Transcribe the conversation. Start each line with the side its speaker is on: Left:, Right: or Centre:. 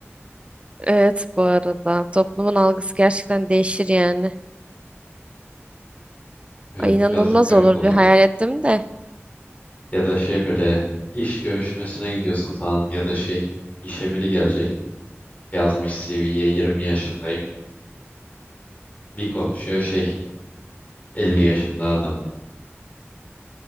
Right: Evet bu arada. Toplumun algısı gerçekten değişir yani.
Left: Evet,
Right: Ay inanılmaz
Left: biraz garip
Right: olurdu.
Left: olurdu.
Right: bir hayal ettim de.
Left: Ya da şey böyle iş görüşmesine gidiyorsun falan ya da şey işe biri gelecek. Yazmış CV'ye 20 yaşındayım. Bir konuşuyor şey 50 yaşında adam.